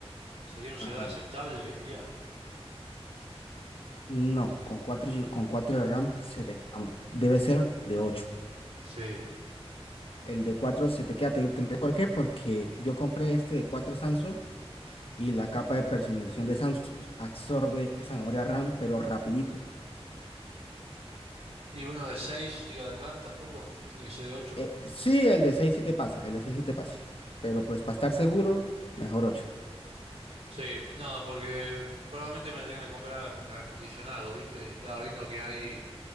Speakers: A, on the right (about 75°); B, on the left (about 60°).
A: ¿Sería un celular
B: ajá.
A: aceptable hoy en día?
B: No, con 4, con 4 de RAM se te, am- debe ser de ocho
A: Sí.
B: El de 4 se te queda. te- te- ¿Por qué? Porque yo compré este de 4 Samsung y la capa de personalización de Samsung absorbe esa memoria RAM, pero rapidito.
A: Y uno de 6 gigas de RAM tampoco, tiene que ser de ocho.
B: Eh, sí, el de 6 sí te pasa, el de 6 sí te pasa. Pero pues para estar seguro, mejor ocho
A: Sí, no, porque probablemente me lo tenga que comprar reacondicionado, ¿viste? Y estaba viendo que hay,